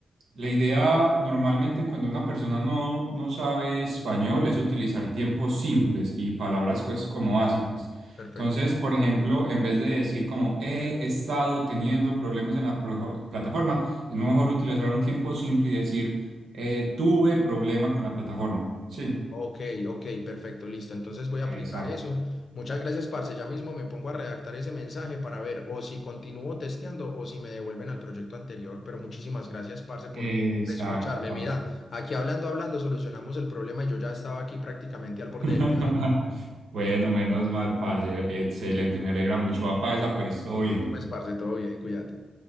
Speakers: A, on the right; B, on the left.
A: la idea normalmente cuando una persona no, no sabe español es utilizar tiempos simples y palabras pues como básicas.
B: Perfecto.
A: Entonces, por ejemplo, en vez de decir como he estado teniendo problemas en la pro- plataforma, es mejor utilizar un tiempo simple y decir eh, tuve problema con la plataforma. Sí,
B: Ok, ok, perfecto, listo. Entonces voy a
A: exacto.
B: aplicar eso. Muchas gracias, parce. Ya mismo me pongo a redactar ese mensaje para ver o si continúo testeando o si me devuelven al proyecto anterior. Pero muchísimas gracias, parce, por
A: Exacto,
B: escucharme.
A: parce.
B: Mira, aquí hablando, hablando, solucionamos el problema y yo ya estaba aquí prácticamente
A: <laughs>
B: al borde del llanto.
A: Bueno, menos mal, parce. Excelente, me alegra mucho. Va para esa, pues todo bien.
B: Listo, Pues, parce, todo bien, cuídate.